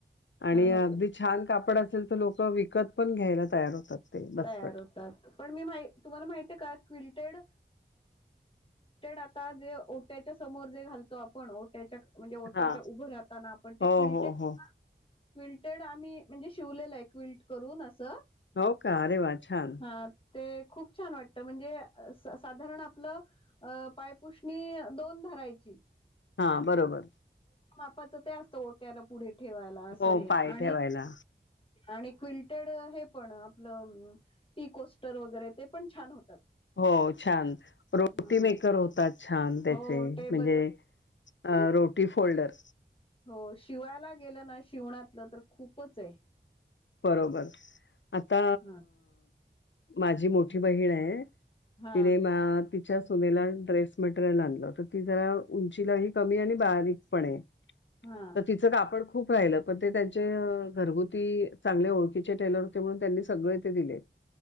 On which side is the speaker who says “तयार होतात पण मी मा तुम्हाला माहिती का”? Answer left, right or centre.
Left